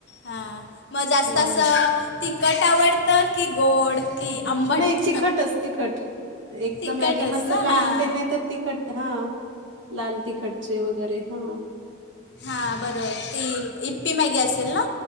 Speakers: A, on the left (about 60°); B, on the right (about 75°).
A: हां मग जास्त
B: हा
A: असं. तिखट आवडतं की गोड. की आंबट
B: नाही तिखटच तिखट. एकदम
A: तिखटच
B: मॅगी मसाला
A: ना हां
B: आणते नाही तर तीखट हा. लाल तिखटची वगैरे हा.
A: हा बरोबर ती इप्पी मॅगी असेल ना.